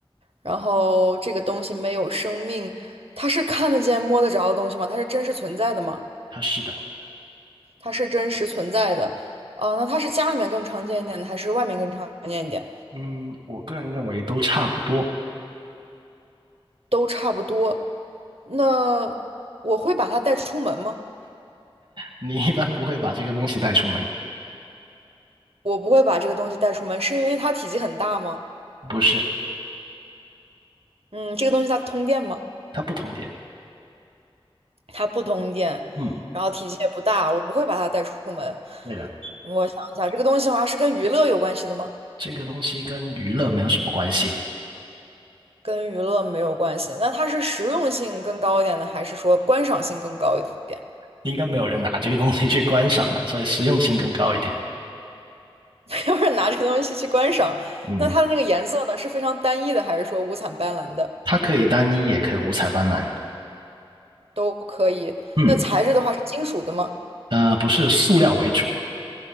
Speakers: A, on the right; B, on the right.
A: 然后这个东西没有生命，它是看得见、摸得着的东西吗？它是真实存在的吗？
B: 他是的。
A: 它是真实存在的。啊，那它是家里面更常见一点的，还是外面更常见一点？
B: 嗯，我个人认为都差不多。
A: 都差不多。那我会把它带出门吗？
B: 你一般不会把这个东西带出门，
A: 我不会把这个东西带出门，是因为它体积很大吗？
B: 不是，
A: 嗯，这个东西它通电吗？
B: 它不同点。
A: 它不通电，
B: 嗯，
A: 然后体积也不大，我不会把它带出门。
B: 对的，
A: 我想一下，这个东西的话是跟娱乐有关系的吗？
B: 这个东西跟娱乐没有什么关系，
A: 跟娱乐没有关系，那它是实用性更高一点呢？还是说观赏性更高一点？
B: 应该没有人拿这个东西去观赏的，所以实用性更高一点。
A: <laughs> 要是拿这个东西去观赏，
B: 嗯，
A: 那它的那个颜色呢，是非常单一的，还是说五彩斑斓的
B: 它可以单一，也可以五彩斑斓。
A: 都可以？
B: 嗯，
A: 那材质的话是金属的吗？
B: 呃，不是塑料为主。